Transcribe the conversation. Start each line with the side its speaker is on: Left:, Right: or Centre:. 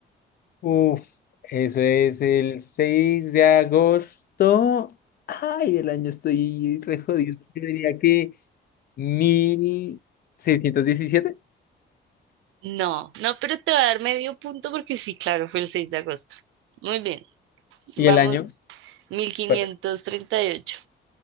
Left: Uf, eso es el 6 de agosto. Ay, el año estoy re jodido. Yo diría que mil seiscientos diecisiete
Right: No, no, pero te va a dar medio punto porque sí, claro, fue el 6 de agosto. Muy bien,
Left: y
Right: vamos,
Left: el año.
Right: mil quinientos
Left: pues,
Right: treinta y ocho.